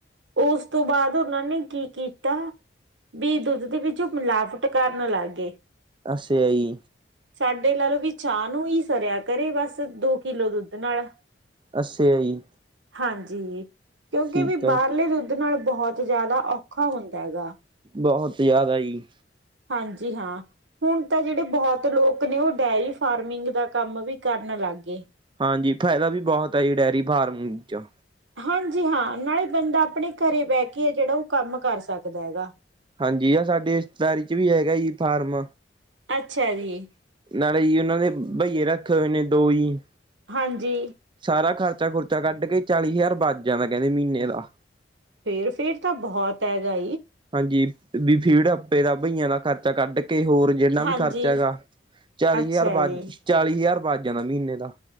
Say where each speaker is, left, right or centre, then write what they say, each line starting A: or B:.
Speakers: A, on the right; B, on the right.
A: ਓਸ ਤੋਂ, ਬਾਅਦ ਉਹਨਾਂ ਨੇ ਕੀ ਕੀਤਾ ਵੀ ਦੁੱਧ ਦੇ ਵਿੱਚ ਮਿਲਾਵਟ ਕਰਨ ਲੱਗ ਗਏ
B: ਅੱਛਾ ਜੀ
A: ਸਾਡੇ ਲਾ ਲਓ ਵੀ ਚਾਹ ਨੂੰ ਹੀ ਸਰਿਆ ਕਰੇ ਬਸ ਦੋ ਕਿੱਲੋ ਦੁੱਧ ਨਾਲ
B: ਅੱਛਾ ਜੀ
A: ਹਾਂਜੀ ਕਿਉਂਕਿ
B: ਠੀਕ
A: ਵੀ ਬਾਹਰ
B: ਹੈ
A: ਨਾਲ ਬਹੁਤ ਜਿਆਦਾ ਔਖਾ ਹੁੰਦਾ ਹੈਗਾ
B: ਬਹੁਤ ਜ਼ਿਆਦਾ ਜੀ
A: ਹਾਂਜੀ ਹਾਂ ਹੁਣ ਤਾਂ ਜਿਹੜੇ ਬਹੁਤ ਲੋਕ ਨੇ ਉਹ ਡੇਰੀ ਫਾਰਮਿੰਗ ਦਾ ਕੰਮ ਵੀ ਕਰਨ ਲੱਗ ਗਏ
B: ਹਾਂਜੀ ਫਾਇਦਾ ਵੀ ਬਹੁਤ ਆ ਜੀ ਡੇਅਰੀ ਫਾਰਮ ਚ
A: ਹਾਂਜੀ ਹਾਂ ਨਾਲੇ ਬੰਦਾ ਆਪਣੇ ਘਰੇ ਬਹਿ ਕੇ ਆ ਜਿਹੜਾ ਉਹ ਕੰਮ ਕਰ ਸਕਦਾ ਹੈਗਾ
B: ਹਾਂਜੀ ਆ ਸਾਡੇ ਰਿਸ਼ਤੇਦਾਰੀ ਚ ਵੀ ਹੈਗਾ ਹੀ ਫਾਰਮ
A: ਅੱਛਾ ਜੀ
B: ਨਾਲੇ ਹੀ ਉਹਨਾਂ ਦੇ ਬਹਈਏ ਰੱਖੇ ਹੋਏ ਨੇ ਦੋ ਹੀ
A: ਹਾਂਜੀ।
B: ਸਾਰਾ ਖਰਚਾ ਖ਼ੁਰਚਾ ਕੱਢ ਕੇ ਚਾਲੀ ਹਜ਼ਾਰ ਬਚ ਜਾਂਦਾ ਕਹਿੰਦੇ ਮਹੀਨੇ ਦਾ
A: ਫੇਰ- ਫੇਰ ਤਾਂ ਬਹੁਤ ਹੈਗਾ
B: ਜੀ ਵੀ ਫੀਡ ਆਪੇ ਦਾ ਬਈਆਂ ਦਾ ਖਰਚਾ ਕੱਢ ਕੇ ਕਿਹੇ ਹੋਰ ਜਿੰਨਾ ਵੀ
A: ਹਾਂਜੀ
B: ਖਰਚਾ ਹੈਗਾ ਚਾਲੀ
A: ਅੱਛਾ
B: ਹਜ਼ਾਰ ਬਾਜ
A: ਜੀ
B: ਚਾਲੀ ਹਜ਼ਾਰ ਬਚ ਜਾਂਦਾ ਮਹੀਨੇ ਦਾ